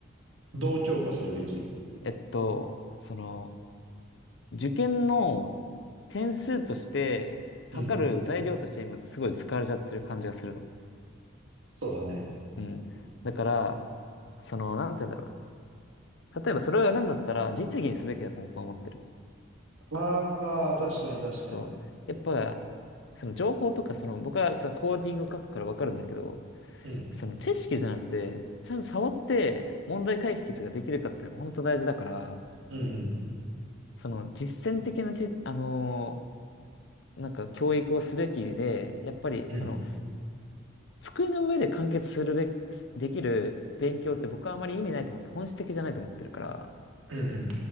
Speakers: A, on the right (about 80°); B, on the left (about 60°).
A: どう強化するべき
B: えっと、その、受験の点数として、測る材料として今すごい使われちゃってる感じがするの。
A: うん。そうだね。
B: うん。だから、その、なんて言うんだろう。例えばそれをやるんだったら、実技にすべきだと僕は思ってる。
A: ああ、確かに確かに。
B: そう。やっぱ、その情報とか、その、僕はそのコーディングを書くからわかるんだけど、
A: うん。
B: その知識じゃなくて、ちゃんと触って問題解決ができるかっていうのが本当大事だから、
A: うんうん。
B: その実践的なじ、あのーなんか教育をすべきで、やっぱりその
A: うん。
B: 机の上で完結するべき、できる勉強って僕はあまり意味ないと思って、本質的じゃないと思ってるから、
A: うんうん。